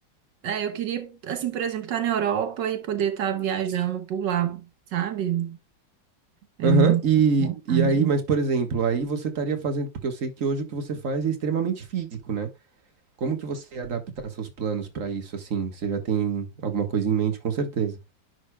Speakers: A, on the right; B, on the right.
A: é, eu queria, assim, por exemplo, estar na Europa e poder estar viajando por lá, sabe? É
B: Aham,
A: uma
B: E,
A: vontade.
B: e aí, mas por exemplo, aí você estaria fazendo, porque eu sei que hoje o que você faz é extremamente físico, né? Como que você ia adaptar seus planos para isso, assim? Você já tem alguma coisa em mente, com certeza.